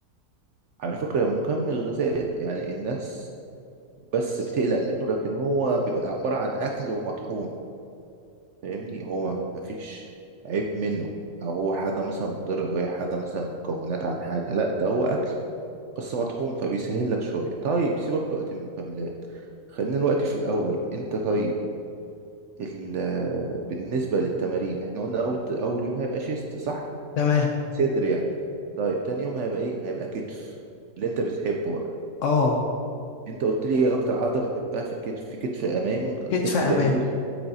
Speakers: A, on the right; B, on the left.
A: على فكرة مكمل غذائي يعني الناس بس
B: بس
A: بتقلق
B: كده
A: منه لكن هو
B: لو
A: بيبقى
B: هو بيبقى
A: عبارة
B: عبارة
A: عن اكل
B: عن أكل
A: ومطحون
B: ومية
A: فاهمني هو مفيش عيب منه او هو حاجه مثلا مضره او هي حاجه مثلا مكونات عن حاجه لا ده هو اكل بس مطحون فبيسهل لك شويه طيب سيبك دلوقتي من المكملات خلينا دلوقتي في الاول انت طيب ال آه، بالنسبه للتمارين احنا قلنا اول اول يوم هيبقى شيست صح
B: تمام
A: صدر يعني طيب تاني يوم هيبقى ايه هيبقى كتف اللي انت بتحبه بقى
B: اه
A: انت قلت لي ايه اكتر عضله بتحبها في الكتف في كتف امامي وكتف
B: كتف امامي
A: جانبي